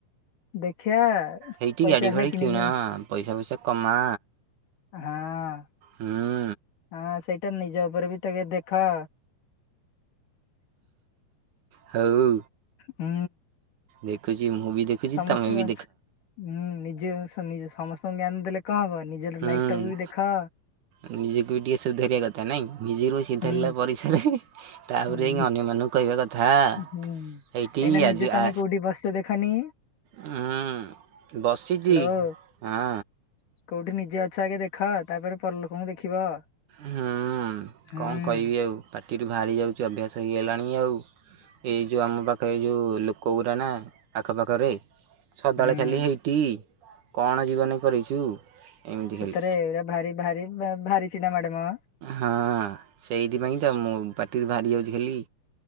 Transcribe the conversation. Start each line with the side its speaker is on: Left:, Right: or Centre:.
Left: ଦେଖିଆ
Right: ହେଇଠି
Left: ପଇସା
Right: ଗାଡ଼ି
Left: ହେଲେ
Right: ଫାଡ଼ି
Left: କିଣିମି
Right: କିଣ ପଇସା ପଇସା କମା।
Left: ହଁ।
Right: ହଁ।
Left: ହଁ ସେଇଟା ନିଜ ଉପରେ ବି ଟିକେ ଦେଖ।
Right: ହଉ।
Left: ହୁଁ।
Right: ଦେଖୁଛି ମୁଁ ବି ଦେଖୁଛି
Left: ସମସ୍ତ
Right: ଦେଖ ତମେ ବି
Left: ହୁଁ ନିଜେ ସମସ୍ତଙ୍କୁ ଜ୍ଞାନ ଦେଲେ କଣ ହବ ନିଜେ
Right: ହୁଁ
Left: ଲାଇଫ୍ଟାକୁ ବି ଦେଖ।
Right: ନିଜକୁ ବି ଟିକେ ସୁଧାରିବା କଥା ନାଇଁ ନିଜରୁ ସୁଧାରିଲା
Left: ହୁଁ
Right: ପରେ ସିନା ତାପରେ
Left: ହୁଁ
Right: ଯାଇ ଅନ୍ୟମାନଙ୍କୁ କହିବା କଥା।
Left: ହୁଁ
Right: ସେଇଠି
Left: ଏଇନା ନିଜେ
Right: ଆଜି
Left: ତମେ
Right: ଆ
Left: କୋଉଠି ବସିଛ ଦେଖନି
Right: ହଁ ବସିଛି
Left: ହ୍ୟାଲୋ
Right: ହଁ।
Left: କୋଉଠି ନିଜେ ଅଛ ଆଗେ ଦେଖ ତାପରେ ପରଲୋକଙ୍କୁ ଦେଖିବ।
Right: ହୁଁ
Left: ହୁଁ
Right: କଣ କହିବି ଆଉ ପାଟିଠୁ ବାହାରି ଯାଉଛି ଅଭ୍ୟାସ ହେଇଗଲାଣି ଆଉ। ଏଇ ଯେଉଁ ଆମ ପାଖରେ ଏ ଯୋଉ ଲୋକ ଗୁଡାନା ଆଖପାଖରେ ସଦାବେଳେ
Left: ହୁଁ
Right: ଖାଲି ହେଇଟି କଣ ଜୀବନ କରିଛୁ। ଏମିତି
Left: ସତରେ
Right: ଖାଲି
Left: ଏଟା ଭାରି ଭାରି ଭାରି ଛିଡା ମାଡେ ମ।
Right: ହଁ, ସେଇଥିପାଇଁ ତ ମୁଁ ପାଟିରୁ ବାହାରି ଯାଉଛି ଖାଲି।